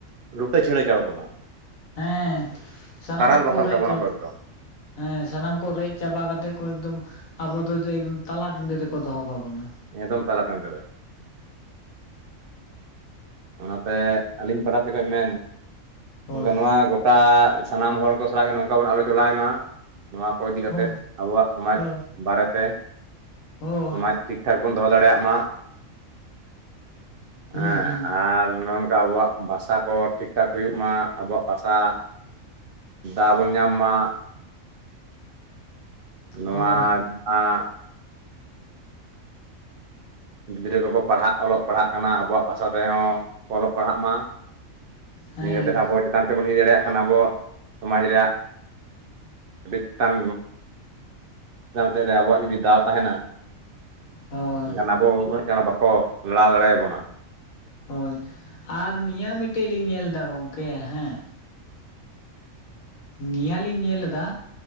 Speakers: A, on the right; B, on the left.
A: ᱞᱩᱴᱟᱹ ᱪᱷᱤᱲᱟᱹ ᱪᱟᱵᱟᱵᱚᱱᱟ
B: ᱦᱮᱸ ᱥᱟᱱᱟᱢ
A: ᱵᱟᱥᱟᱞ
B: ᱠᱚ
A: ᱠᱟᱵᱚᱱᱟ
B: ᱨᱮᱡ ᱪᱟ
A: ᱠᱚ ᱮᱠᱫᱚᱢ
B: ᱦᱮᱸ ᱥᱟᱱᱟᱢ ᱠᱚ ᱨᱮᱡ ᱪᱟᱵᱟ ᱠᱟᱛᱮ ᱠᱚ ᱮᱠᱫᱚᱢ ᱟᱵᱚ ᱫᱚ ᱮᱠᱫᱚᱢ ᱛᱟᱞᱟ ᱴᱟᱺᱰᱤ ᱨᱮᱠᱚ ᱫᱚᱦᱚ ᱠᱟᱵᱚᱱᱟ
A: ᱮᱫᱚᱢ ᱛᱟᱞᱟᱴᱟᱺᱰᱤ ᱨᱮ ᱚᱱᱟᱛᱮ ᱟᱹᱞᱤᱧ ᱯᱟᱦᱴᱟ ᱥᱮᱫ ᱠᱷᱚᱱ ᱢᱮᱱ
B: ᱦᱳᱭ
A: ᱚᱱᱠᱟ ᱱᱚᱣᱟ ᱚᱝᱠᱟ ᱥᱟᱱᱟᱢ ᱦᱚᱲ ᱠᱚ ᱥᱟᱞᱟᱜ ᱜᱮ ᱱᱚᱝᱠᱟ ᱵᱚᱱ ᱟᱞᱳᱪᱚᱱᱟᱭ ᱢᱟ ᱱᱚᱣᱟ ᱠᱚ ᱤᱫᱤ ᱠᱟᱛᱮᱫ
B: ᱦᱳᱭ
A: ᱟᱵᱚᱣᱟᱜ ᱥᱚᱢᱟᱡᱽ
B: ᱦᱳᱭ
A: ᱵᱟᱨᱮᱛᱮ
B: ᱦᱳᱭ
A: ᱥᱚᱢᱟᱡᱽ ᱴᱷᱟᱠ ᱵᱚᱱ ᱫᱚᱦᱚ ᱫᱟᱲᱮᱭᱟᱜ ᱢᱟ
B: ᱦᱩᱸ
A: ᱦᱮᱸ
B: ᱦᱩᱸ
A: ᱟᱨ ᱱᱚᱝᱠᱟ ᱟᱵᱚᱣᱟᱜ ᱵᱷᱟᱥᱟ ᱠᱚ ᱴᱷᱤᱠ ᱴᱷᱟᱠ ᱦᱩᱭᱩᱜ ᱢᱟ ᱟᱵᱚᱣᱟᱜ ᱵᱷᱟᱥᱟ ᱫᱟᱶ ᱵᱚᱱ ᱧᱟᱢ ᱢᱟ ᱱᱚᱣᱟ
B: ᱦᱳᱭ
A: ᱡᱟᱦᱟᱸ ᱜᱤᱫᱽᱨᱟᱹ ᱠᱚᱠᱚ ᱯᱟᱲᱦᱟᱜ ᱚᱞᱚᱜ ᱯᱟᱲᱦᱟᱜ ᱠᱟᱱᱟ ᱟᱵᱚᱣᱟᱜ ᱵᱷᱟᱥᱟ ᱛᱮᱦᱚᱸ ᱚᱞᱚᱜ ᱯᱟᱲᱦᱟᱜ ᱢᱟ
B: ᱦᱮᱸ
A: ᱤᱭᱟᱹ ᱠᱟᱛᱮᱫ ᱟᱵᱚ ᱪᱮᱛᱟᱱ ᱥᱮᱫ ᱵᱚᱱ ᱤᱫᱤ ᱫᱟᱲᱮᱭᱟᱜ ᱠᱷᱟᱱ ᱟᱵᱚ ᱥᱚᱢᱟᱡᱽ ᱨᱮᱭᱟᱜ ᱟᱹᱰᱤ ᱪᱮᱛᱟᱱ ᱪᱮᱛᱟᱱ ᱥᱮᱫ ᱨᱮ ᱟᱵᱚᱣᱟᱜ ᱡᱩᱫᱤ ᱫᱟᱣ ᱛᱟᱦᱮᱱᱟ
B: ᱦᱳᱭ
A: ᱮᱠᱷᱟᱱ ᱟᱵᱚ ᱩᱱᱟᱹᱜ ᱪᱟᱬ ᱵᱟᱠᱚ ᱞᱟᱲᱟᱶ ᱫᱟᱲᱮᱭᱟᱵᱚᱱᱟ
B: ᱦᱳᱭ ᱟᱨ ᱱᱤᱭᱟᱹ ᱢᱤᱴᱮᱡ ᱞᱤᱧ ᱧᱮᱞ ᱮᱫᱟ ᱜᱚᱝᱠᱮ ᱦᱮᱸ ᱱᱤᱭᱟᱹᱞᱤᱧ ᱧᱮᱞ ᱞᱮᱫᱟ,